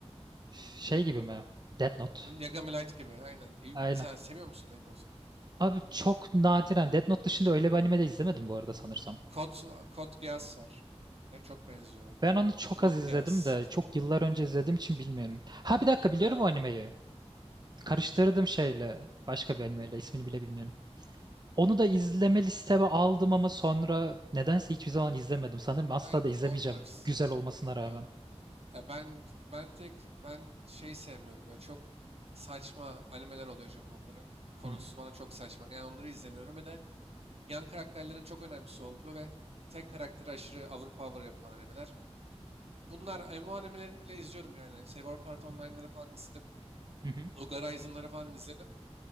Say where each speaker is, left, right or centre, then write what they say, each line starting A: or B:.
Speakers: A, on the right (about 40°); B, on the right (about 65°).
A: Şey gibi mi? Death Note.
B: Yagami Light gibi. Aynen. E,
A: Aynen.
B: Mesela seviyor musun Death Note'u?
A: Abi çok nadiren Death Note dışında öyle bir anime de izlemedim bu arada sanırsam.
B: Code, va- Code Geass var. Ve çok benziyor bence.
A: Ben onu çok
B: Code
A: az izledim
B: Geass.
A: de çok yıllar önce izlediğim için bilmiyorum. Ha bir dakika biliyorum
B: Ha,
A: o
B: ben.
A: animeyi. Karıştırdım şeyle başka bir animeyle ismini bile bilmiyorum. Onu da izleme listeme aldım ama sonra nedense hiçbir zaman izlemedim. Sanırım asla
B: Aynen
A: da izlemeyeceğim
B: o tarz.
A: güzel olmasına rağmen.
B: Ben, ya ben, ben tek ben şey sevmiyorum. Böyle çok saçma animeler oluyor Japonların. Konusu
A: Hı hı,
B: bana çok saçma. Yani onları izlemiyorum. Bir de yan karakterlerin çok önemsiz olduğu ve tek karakteri aşırı overpower yapılan animeler. Bunlar MMORPG'lerini bile izliyorum yani. Sword Art
A: hı
B: Online'ları
A: hı,
B: falan izledim.
A: hı hı.
B: Log Horizon'ları falan izledim.